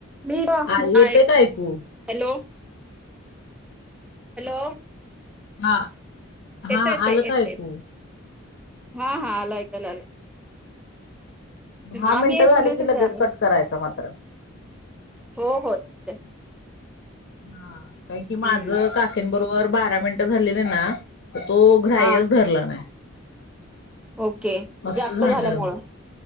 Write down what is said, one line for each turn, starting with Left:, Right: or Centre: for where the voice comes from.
Centre: मी आहे
Left: आ येतय का ऐकू?
Centre: Hello, hello.
Left: हा
Centre: येत
Left: हा
Centre: येत येत
Left: आलं का
Centre: येत
Left: ऐकू?
Centre: हा हा आल ऐकायला आल.
Left: दहा
Centre: आम्ही
Left: मिनट झाले
Centre: पुण्यातच
Left: की लगेच
Centre: आहे आम्ही
Left: कट करायचा मात्र.
Centre: हो, हो ठीकए.
Left: हा कायण की माझं
Centre: हम्म
Left: काकींबरोबर बारा मिनटं झालेले ना तो ग्राह्यच
Centre: हा
Left: धरला नाय.
Centre: ओके
Left: असं
Centre: जास्त
Left: झालं
Centre: झाल्यामुळ?